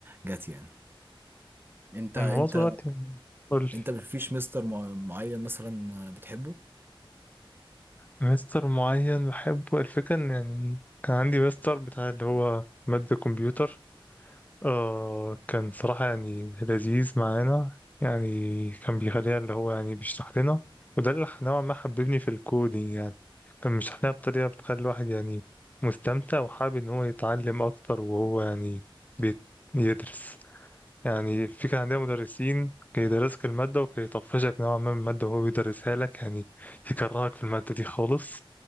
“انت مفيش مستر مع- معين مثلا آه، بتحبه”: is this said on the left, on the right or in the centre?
Right